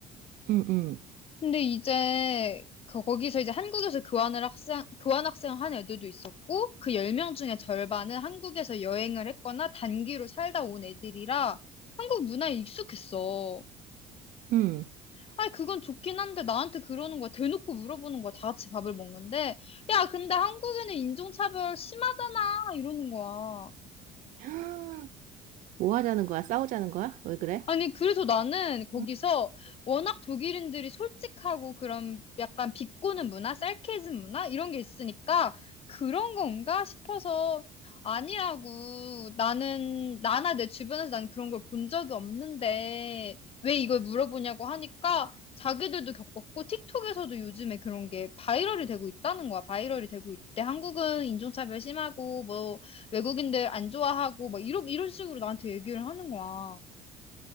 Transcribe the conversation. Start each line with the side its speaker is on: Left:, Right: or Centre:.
Right: 음, 음,
Left: 근데 이제 그 거기서 이제 한국에서 교환을 학생 교환 학생 한 애들도 있었고 그 10명 중에 절반은 한국에서 여행을 했거나 단기로 살다 온 애들이라 한국 문화에 익숙했어.
Right: 음.
Left: 아니, 그건 좋긴 한데, 나한테 그러는 거야. 대놓고 물어보는 거야. 다 같이 밥을 먹는데. 야, 근데 한국에는 인종차별 심하잖아. 이러는 거야.
Right: <gasps> 뭐 하자는 거야? 싸우자는 거야? 왜 그래?
Left: 아니, 그래서 나는 거기서
Right: 응?
Left: 워낙 독일인들이 솔직하고 그런 약간 비꼬는 문화, sarcasm 문화? 이런 게 있으니까 그런 건가 싶어서 아니라고 나는, 나나 내 주변에서 난 그런 걸 본 적이 없는데 왜 이걸 물어보냐고 하니까 자기들도 겪었고 틱톡에서도 요즘에 그런 게 바이럴이 되고 있다는 거야. 바이럴이 되고 있대. 한국은 인종차별 심하고 뭐 외국인들 안 좋아하고 막 이러, 이런 식으로 나한테 얘기를 하는 거야.